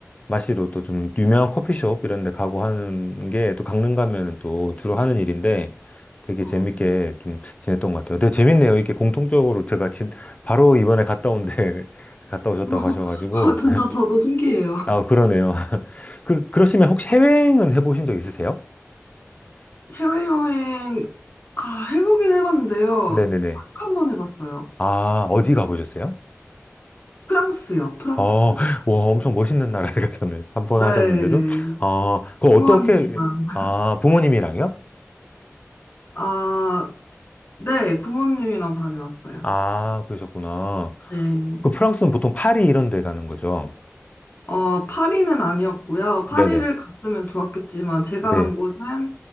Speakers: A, on the left (about 30°); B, on the left (about 45°).
A: 마시러 또 좀 유명한 커피숍 이런 데 가고 하는 게 또 강릉 가면은 또 주로 하는 일인데 되게
B: 어.
A: 재밌게 좀 지냈던 것 같아요. 되게 재밌네요. 이게 공통적으로 제가 진, 바로 이번에 갔다 온데 <laughs> 갔다 오셨다고
B: <laughs>
A: 하셔가지고.
B: 아, 진짜 저도 신기해요.
A: 아, 그러네요. <laughs> 그, 그러시면 혹시 해외여행은 해보신 적 있으세요?
B: 해외여행, 아, 해보긴 해봤는데요.
A: 네네네.
B: 딱 한 번 해봤어요.
A: 아, 어디 가보셨어요?
B: 프랑스요, 프랑스.
A: 어, 와, 엄청 멋있는 나라에 <laughs> 가셨네요. 한 번
B: 네,
A: 하셨는데도. 아, 그거
B: 휴먼이지만.
A: 어떻게, 아, 부모님이랑요?
B: 아, 네, 부모님이랑 다녀왔어요.
A: 아, 그러셨구나.
B: 네.
A: 그 프랑스는 보통 파리 이런 데 가는 거죠?
B: 어, 파리는 아니었고요. 파리를
A: 네네.
B: 갔으면 좋았겠지만, 제가
A: 네.
B: 간 곳은,